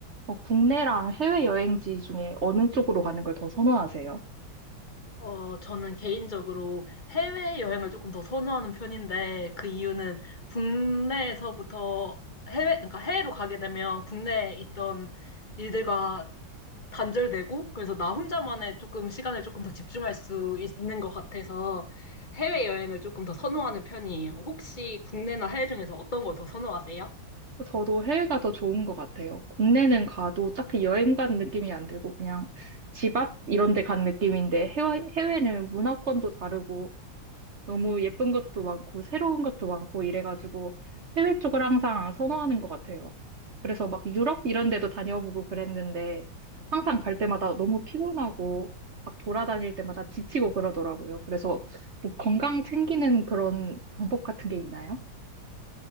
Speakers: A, on the right (about 45°); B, on the left (about 25°).
A: 어, 국내랑 해외 여행지 중에 어느 쪽으로 가는 걸 더 선호하세요?
B: 어, 저는 개인적으로 해외여행을 조금 더 선호하는 편인데, 그 이유는 국내에서부터 해외, 그러니까 해외로 가게 되면 국내에 있던 일들과 단절되고, 그래서 나 혼자만의 조금 시간을 조금 더 집중할 수 있는 것 같아서 해외여행을 조금 더 선호하는 편이에요. 혹시 국내나 해외 중에서 어떤 걸 더 선호하세요?
A: 저도 해외가 더 좋은 것 같아요. 국내는 가도 딱히 여행 간 느낌이 안 들고 그냥 집 앞 이런 데 간 느낌인데 해외, 해외는 문화권도 다르고 너무 예쁜 것도 많고 새로운 것도 많고 이래가지고 해외 쪽을 항상 선호하는 것 같아요. 그래서 막 유럽 이런 데도 다녀보고 그랬는데 항상 갈 때마다 너무 피곤하고 막 돌아다닐 때마다 지치고 그러더라고요. 그래서 뭐 건강 챙기는 그런 방법 같은 게 있나요?